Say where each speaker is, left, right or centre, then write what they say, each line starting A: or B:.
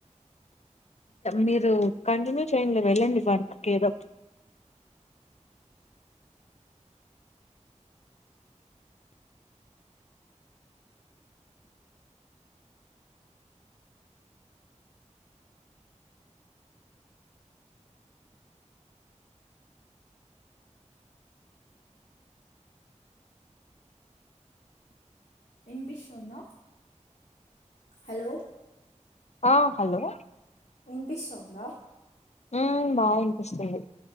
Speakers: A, on the left (about 60°); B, on the left (about 85°).
A: మీరు కంటిన్యూ టైన్ లో వెళ్ళండి వర్క్ కేలో
B: ఎన్పిషందా హలో
A: ఆ హలో
B: ఇంగ్లీష్ ఉంద
A: ఆ బాగా అనిపిస్తుంది